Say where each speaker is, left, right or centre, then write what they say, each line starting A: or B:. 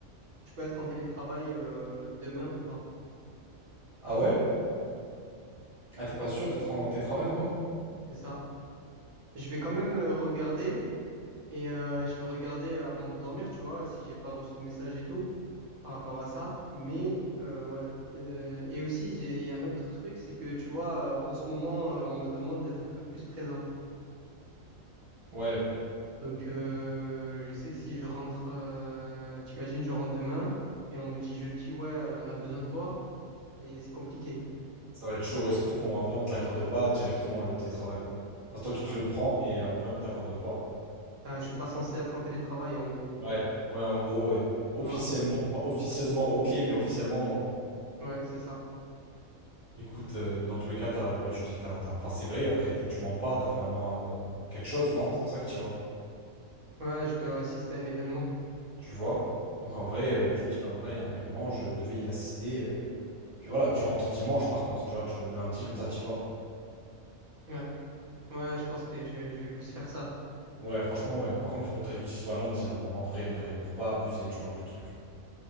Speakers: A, on the right; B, on the right.
A: je peux être en télétravail euh, demain ou pas.
B: Ah ouais? Ah, t'es pas sûr d'être en télétravail demain?
A: C'est ça. Je vais quand même euh, regarder et euh, je vais regarder avant de dormir, tu vois, si j'ai pas reçu de message et tout par rapport à ça. Mais euh, ouais. Euh, et aussi, j'ai- il y a un autre truc, c'est que tu vois, euh, en ce moment, euh, on me demande d'être un peu plus présent.
B: Ouais,
A: Donc, euh, je sais que si je rentre, euh, t'imagines, je rentre demain et on me dit jeudi, ouais, euh, on a besoin de toi et c'est compliqué.
B: ça va être chaud, ouais, surtout qu'en vrai, on te l'accorde pas directement le télétravail, quoi. Enfin, toi
A: C'est
B: qui
A: ça.
B: te le prends, mais euh, en vrai, on t'accorde pas.
A: Enfin, je suis pas censé être en télétravail en gros,
B: Ouais, ouais, en gros, ouais. Officiellement.
A: tu vois?
B: Enfin, officieusement, ok, mais officiellement, non.
A: Ouais, c'est ça.
B: Écoute, euh, dans tous les cas, t'as- bah, tu dis que t'as, t'as- Enfin, c'est vrai, après, t'as- tu mens pas, t'as vraiment euh, quelque chose, non? C'est pour ça que tu vas.
A: Ouais, je dois assister à un événement.
B: Tu vois? Donc, en vrai, euh, tu te dis, bah voilà, il y a un événement, je devais y assister. euh. Puis voilà, tu rentres dimanche, par contre, tu vois, tu, lundi, comme ça, tu y vas.
A: Ouais, ouais, je pense que je, je vais plus faire ça.
B: Ouais, franchement, ouais. Par contre, faudrait qu'il soit lundi en, en vrai de vrai, pour pas abuser, tu vois, du truc.